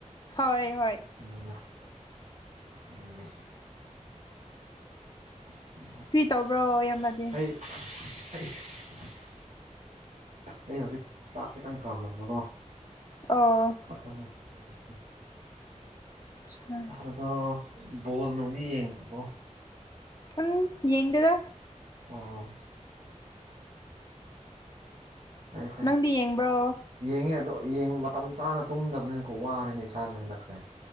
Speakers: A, on the left; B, on the right.
A: ꯍꯣꯏ ꯍꯣꯏ
B: <unintelligible> <unintelligible>
A: ꯀ꯭ꯔꯤ ꯇꯧꯕ꯭ꯔꯣ ꯏꯌꯥꯝꯕꯗꯤ
B: ꯑꯩ ꯍꯧꯖꯤꯛ ꯆꯥꯛ ꯈꯤꯇꯪ ꯀꯥꯝꯂꯝꯕꯀꯣ
A: ꯑꫭ
B: <unintelligible>
A: <unintelligible>
B: ꯑꯗꯣ ꯕꯣꯜ ꯅꯨꯡꯗꯤ ꯌꯦꯡꯗ꯭ꯔꯕꯣ
A: ꯎꯝ ꯌꯦꯡꯗꯦꯗ
B: ꯑꯣ ꯐꯩ ꯐꯩ
A: ꯅꯪꯗꯤ ꯌꯦꯡꯕ꯭ꯔꯣ
B: ꯌꯦꯡꯉꯦ ꯑꯗꯣ ꯌꯦꯡ ꯃꯇꯝ ꯆꯥꯅ ꯇꯨꯝꯗꯕꯅꯤꯅꯀꯣ ꯋꯥꯔꯦꯅꯦ ꯏꯁꯥꯁꯦ ꯍꯟꯗꯛꯁꯦ